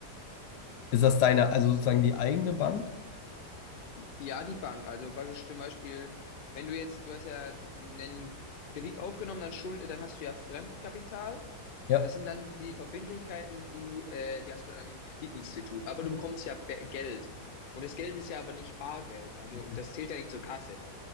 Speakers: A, on the left; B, on the left.
A: ist das deine, also sozusagen die eigene Bank?
B: ja, die Bank. Also praktisch zum Beispiel, wenn du jetzt, du hast ja einen Kredit aufgenommen, dann Schulde, dann hast du ja Fremdkapital.
A: Ja.
B: Das sind dann die Verbindlichkeiten, die, äh, die hast du am Kreditinstitut. Aber du bekommst ja Be- Geld. Und das Geld ist ja aber nicht Bargeld. Also
A: Mhm.
B: das zählt ja nicht zur Kasse.